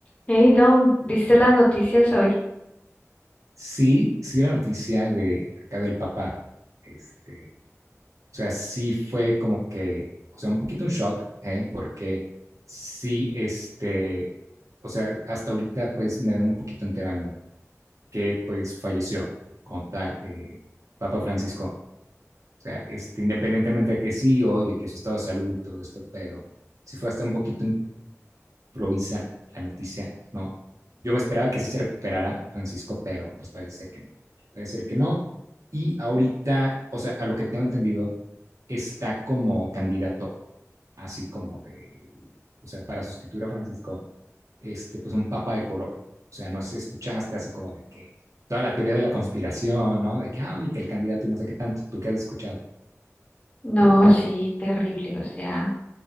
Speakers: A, on the left; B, on the right.
A: Hey Dom, ¿viste las noticias hoy?
B: Sí, sí, la noticia de acá del papá, este, o sea, sí fue como que, o sea, un poquito un shock, ¿eh? Porque sí, este, o sea, hasta ahorita pues me vengo un poquito enterando que pues falleció como tal eh, Papa Francisco, o sea, este, independientemente de que sí, oye, que su estado de salud y todo esto, pero sí fue hasta un poquito provisa la noticia, no. Yo me esperaba que sí se recuperara Francisco, pero pues parece que, no, parece que no. Y ahorita, o sea, a lo que tengo entendido, está como candidato, así como de, o sea, para sustituir a Francisco, este, pues un papa de color. O sea, no sé, si escuchaste así como de que toda la teoría de la conspiración, ¿no? De que, ah, oye, que el candidato y no sé qué tanto, tú qué has escuchado.
A: No, sí, terrible, o sea,